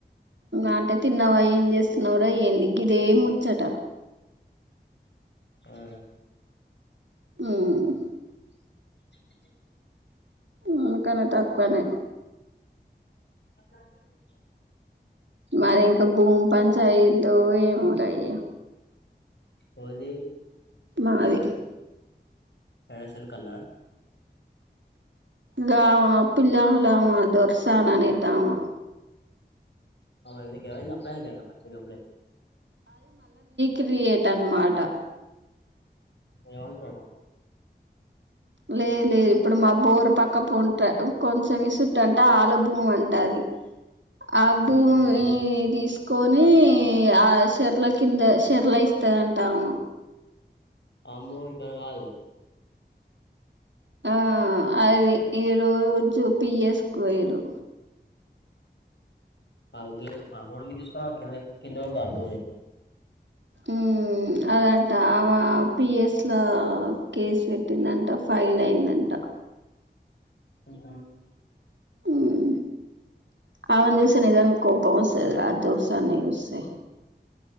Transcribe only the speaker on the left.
ఆ
<inaudible>
నా చార్జర్ స్విచ్ ఆఫ్
పోది
ఎడా సెల్ కలా
అవునా నీకు ఏమయింది అప్లయి గ పెంచే అప్పుడే
ఎం అంటాడు
తెలుసు తెలుసు ఏం చేస్తావ్
అమ్మో ఇక్కడ కాదు
ఆ గే రోడ్ మీద తీసుకోరా క్రింద క్రింద ఏ గల్బ
ఉహుమ్